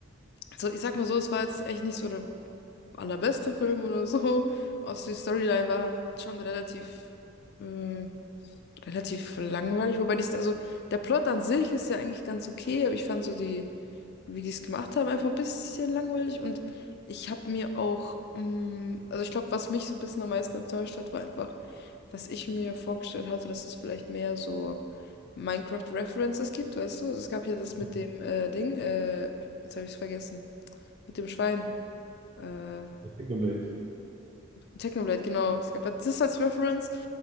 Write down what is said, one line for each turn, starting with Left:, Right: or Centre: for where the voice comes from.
Left: so, ich sag mal so, es war jetzt echt nicht so der allerbeste Film oder so. <laughs> Also die Storyline war halt schon relativ, ähm, relativ langweilig, wobei die, also der Plot an sich ist ja eigentlich ganz okay, aber ich fand so die, wie die es gemacht haben, einfach ein bisschen langweilig und ich habe mir auch, ähm, also ich glaube, was mich so ein bisschen am meisten enttäuscht hat, war einfach, dass ich mir vorgestellt hatte, dass es vielleicht mehr so Minecraft-References gibt, weißt du? Also es gab ja das mit
Right: Mhm.
Left: dem äh, Ding, äh, jetzt habe ich es vergessen, mit dem Schwein. Äh,
Right: Kingdom Blade.
Left: Technoblade, genau. Es gab ja das als Reference,